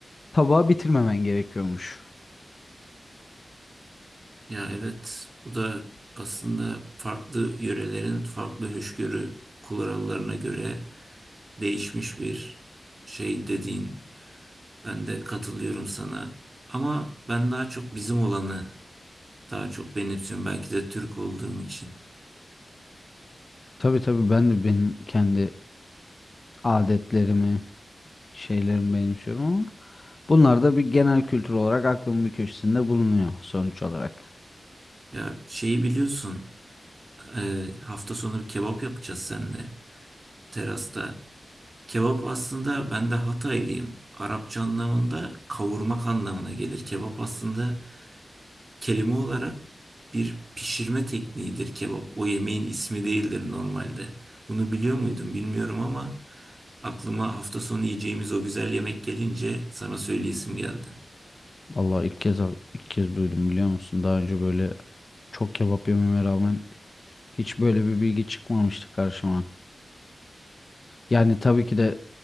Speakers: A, on the left (about 40°); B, on the right (about 40°).
A: tabağı bitirmemen gerekiyormuş.
B: Ya evet bu da aslında farklı yörelerin farklı hoşgörü kurallarına göre değişmiş bir şey dediğin. Ben de katılıyorum sana. Ama ben daha çok bizim olanı daha çok benimsiyorum. Belki de Türk olduğum için.
A: Tabii tabii ben de benim kendi adetlerimi, şeylerimi benimsiyorum ama bunlar da bir genel kültür olarak aklımın bir köşesinde bulunuyor sonuç olarak.
B: Ya şeyi biliyorsun e, hafta sonu kebap yapacağız seninle terasta. Kebap aslında ben de Hataylıyım. Arapça anlamında kavurmak anlamına gelir. Kebap aslında kelime olarak bir pişirme tekniğidir kebap. O yemeğin ismi değildir normalde. Bunu biliyor muydun bilmiyorum ama aklıma hafta sonu yiyeceğimiz o güzel yemek gelince sana söyleyesim geldi.
A: Vallahi ilk kez ilk kez duydum biliyor musun? Daha önce böyle çok kebap yememe rağmen hiç böyle bir bilgi çıkmamıştı karşıma. Yani tabii ki de